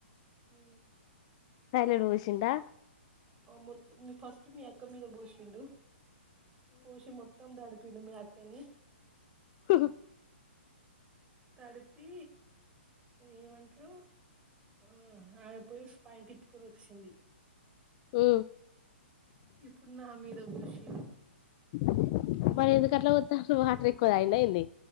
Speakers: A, on the right; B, on the left.
A: ఉ
B: టాయిలెట్ పోషిండా
A: మొత్తం మీ ఫస్ట్ మీ అక్క మీద పోసిండు పోషి మొత్తం తడు పిండు మీ అక్కని
B: హు హు
A: తడిపి ఏమంట్రు ఉ ఆమేపోయి పై తిప్పుకొని వచ్చింది
B: ఉ
A: ఇప్పుడు నా మీద పోసి ది
B: <unintelligible> మరి ఎందుకట్లా వోత్తరు వాటరే ఎక్కువ తాగిందా ఏంది